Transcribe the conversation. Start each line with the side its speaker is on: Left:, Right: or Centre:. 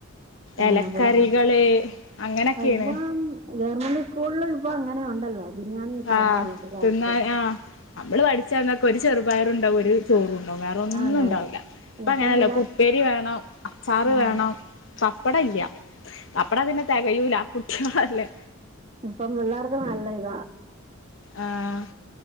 Right: ആ
Left: എലക്കറികള്
Right: അപ്പഴാ
Left: അങ്ങനൊക്കെയാണ്
Right: ഇപ്പം ഗവൺമെന്റ് സ്കൂളിലും ഇപ്പൊ അങ്ങനെ ഉണ്ടല്ലോ ബിരിയാണിയൊക്കെ
Left: ആഹ്
Right: ഉണ്ടല്ലോ പിള്ളേർക്ക്
Left: തിന്നാ ആഹ് അമ്മള് പഠിച്ചന്നൊക്കെ ഒരു ചെറുപയറുണ്ടാവും ഒരു ചോറു ണ്ടാവും വേറെ ഒന്നും
Right: അതെ
Left: ഉണ്ടാവില്ല ഇപ്പ
Right: ഇപ്പം
Left: അങ്ങനെയല്ല
Right: പിള്ളേർ
Left: ഉപ്പേരി വേണം, അച്ചാറ്
Right: ആ
Left: വേണം, പപ്പടം ഇല്ല പപ്പടം പിന്നെ തെകയൂല കുട്ടികളല്ലേ
Right: ഇപ്പം പിള്ളാർക്ക് നല്ല ഇതാ
Left: ആഹ്